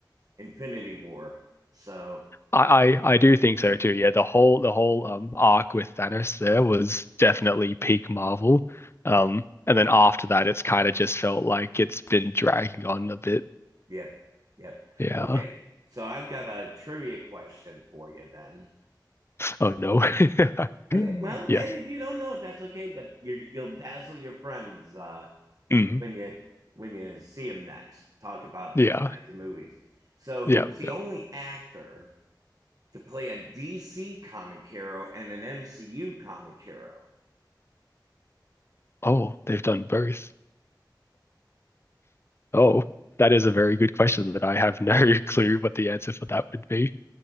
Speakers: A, on the right; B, on the left.
A: Infinity War. So
B: I, I I do think so too. Yeah, the whole the whole um arc with Thanos there was definitely peak Marvel. Um, and then after that, it's kind of just felt like it's been dragging on a bit.
A: Yep. Yep.
B: Yeah.
A: Okay. So I've got a trivia question for you then.
B: Oh no. <laughs>
A: Okay. Well, hey,
B: Yes.
A: if you don't know it, that's okay. But you you'll dazzle your friends uh,
B: Mhm.
A: when you when you see them next. Talk about
B: Yeah.
A: these kinds of movies. So,
B: Yeah.
A: who is the
B: Yeah.
A: only actor to play a DC comic hero and an MCU comic hero?
B: Oh, they've done both. Oh, that is a very good question that I have no <laughs> clue what the answer for that would be.